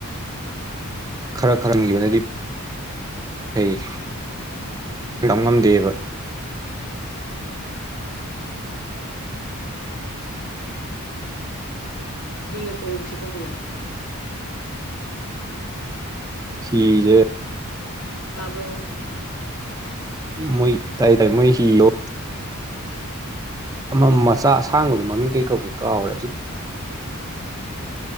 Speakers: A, on the right (about 15°); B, on the left (about 75°).
A: ꯈꯔ ꯈꯔ ꯍꯟꯈꯤꯕꯅꯗꯤ ꯐꯩ ꯇꯝ ꯉꯝꯗꯦꯕ
B: ꯍꯤꯒ ꯇꯣꯡꯁꯤꯀꯣ ꯍꯌꯦꯡ
A: ꯍꯤꯖꯦ
B: ꯇꯥꯕ꯭ꯔꯣ
A: ꯃꯣꯏ ꯇꯥꯏ ꯇꯥꯏ ꯃꯣꯏ ꯍꯤꯗꯣ ꯑꯃ ꯃꯆꯥ ꯑꯁꯥꯡꯕꯗꯣ ꯃꯃꯤꯡ ꯀꯩ ꯀꯧꯀꯦ ꯀꯥꯎꯈ꯭ꯔꯦ ꯑꯗꯨ